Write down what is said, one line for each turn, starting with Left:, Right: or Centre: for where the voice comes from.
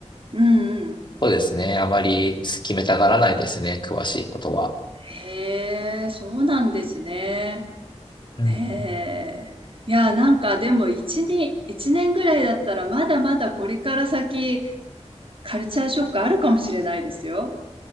Right: うんうん。
Left: そうですね。あまり決めたがらないですね。詳しいことは。
Right: へえ、そうなんですね。
Left: うんうん。
Right: へえ。いや、なんかでも一年、一年ぐらいだったらまだまだこれから先カルチャーショックあるかもしれないですよ。